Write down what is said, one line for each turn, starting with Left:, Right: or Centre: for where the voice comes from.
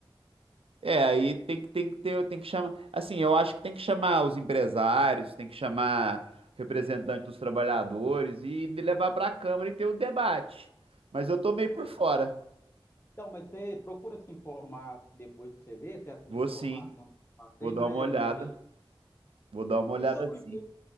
Right: É, aí tem, que- tem que ter, tem que chamar. Assim, eu acho que tem que chamar os empresários, tem que chamar o representante dos trabalhadores e de- levar para a Câmara e ter o debate. Mas eu tô meio por
Left: É,
Right: fora.
Left: Então, mas você procura se informar depois pra você ver se essas
Right: Vou
Left: informações
Right: sim,
Left: que eu passei
Right: vou dar
Left: não
Right: uma
Left: é,
Right: olhada.
Left: não é verídica.
Right: Vou dar uma olhada
Left: E sobre
Right: sim.
Left: o imposto,